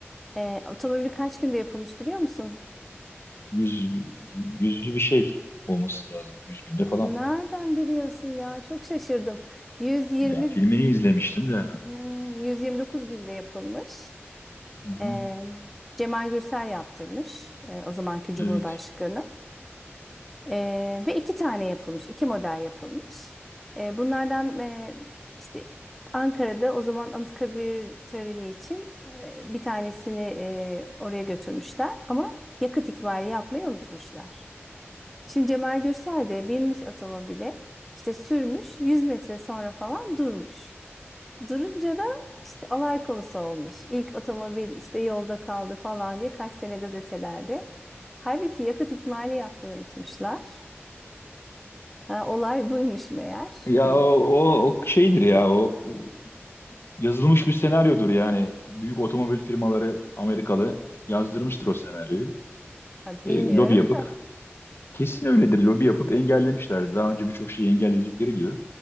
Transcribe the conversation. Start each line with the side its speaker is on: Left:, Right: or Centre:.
Centre: Eee otomobil kaç günde yapılmış biliyor musun?
Left: Yüz, yüzlü bir şey olması lazım. Yüz günde falan.
Centre: Nereden biliyorsun ya? Çok şaşırdım. 120
Left: Ya filmini izlemiştim de.
Centre: hmm, 129 günde yapılmış.
Left: Hı-hı.
Centre: Ee, Cemal Gürsel yaptırmış, e, o zamanki Cumhurbaşkanı.
Left: Evet.
Centre: Ee, ve iki tane yapılmış, iki model yapılmış. Ee, bunlardan e, işte Ankara'da o zaman Anıtkabir töreni için e, bir tanesini e, oraya götürmüşler ama yakıt ikmali yapmayı unutmuşlar. Şimdi Cemal Gürsel de binmiş otomobile, işte sürmüş, 100 metre sonra falan durmuş. Durunca da işte alay konusu olmuş. İlk otomobil işte yolda kaldı falan diye kaç sene gazetelerde. Halbuki yakıt ikmali yapmayı unutmuşlar. Ha, olay buymuş meğer.
Left: Ya
Centre: Ee,
Left: o, o, o şeydir ya o, o yazılmış bir senaryodur yani. Büyük otomobil firmaları Amerikalı yazdırmıştır o senaryoyu.
Centre: ha,
Left: E,
Centre: bilmiyorum
Left: lobi yapıp
Centre: da
Left: kesin öyledir. Lobi yapıp engellemişler. Daha önce birçok şeyi engelledikleri gibi.